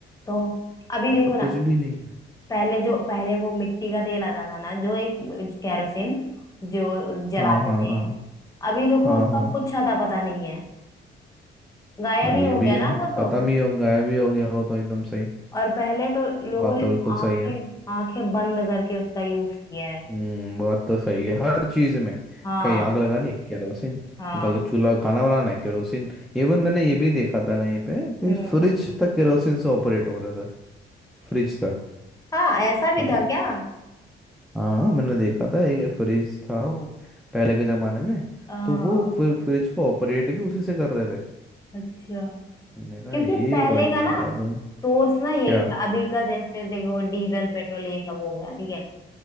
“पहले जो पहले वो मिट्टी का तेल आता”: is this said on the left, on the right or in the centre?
Left